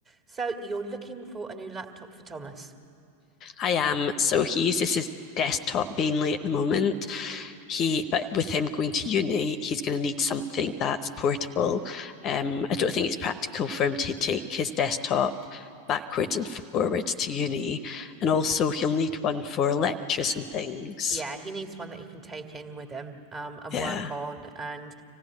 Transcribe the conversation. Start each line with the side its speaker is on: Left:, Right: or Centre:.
Right: So you're looking for a new laptop for Thomas.
Left: I am. So he uses his desktop mainly at the moment. He, but with him going to uni, he's going to need something that's portable. Um, I don't think it's practical for him to take his desktop backwards and forwards to uni, and also he'll need one for lectures and things.
Right: Yeah, he needs one that he can take in with him um, and
Left: Yeah.
Right: work on and